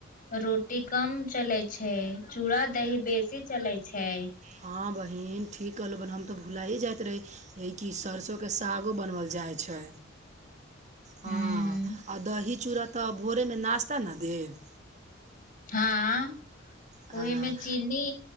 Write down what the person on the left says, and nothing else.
रोटी कम चलै छै चूड़ा दही बेसी चले छै
हूं
हँ,
ओहिमे चीनी